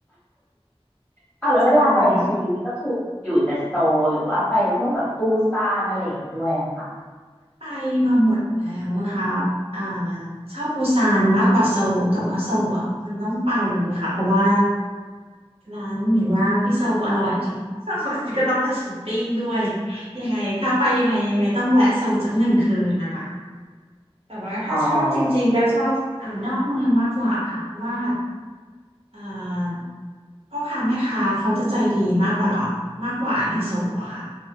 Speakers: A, in the centre; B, on the right.
A: เอาแล้วเวลาไปทีนี่ก็คืออยู่แต่โซลหรือว่าไปพวกแบบปูซานอะไรอย่างนี้ด้วยอะค่ะ
B: ใช่เลยไปมาหมดแล้วนะคะอ่าชอบปูซานมากกว่าโซลแต่ว่าโซลอ่ะมันต้องไปค่ะเพราะว่า ร้านหมูย่างพี่โซอร่อยจริง <laughs> ก็ต้องไปช้อปปิ้งด้วยยังไงถ้าไปยังไงยังไงต้องแวะโซนสักหนึ่งคืนนะคะ แต่ว่าถ้าชอบจริงๆก็ชอบอ่านอกเมืองมากกว่าค่ะเพราะว่า
A: <laughs> อ๋อ
B: เอ่าพ่อค้าแม่ค้าเขาจะใจดีมากกว่าเรามากกว่าในโซลอะค่ะ